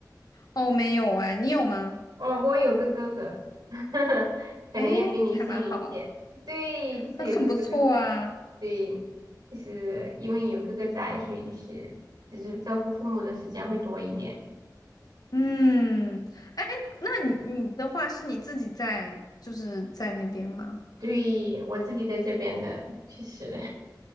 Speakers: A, on the left (about 60°); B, on the right (about 70°).
A: 哦，没有哎，你有吗？
B: 哦，我有个哥哥，<laughs> 可能要比你幸运一点。
A: 哎，还蛮好，
B: 对，就是有个哥哥，
A: 还很不错啊。
B: 对，就是因为有哥哥在，所以就是就是照顾父母的时间会多一点。
A: 嗯，哎，那你你的话是你自己在，就是在那边吗？
B: 对，我自己在这边的，其实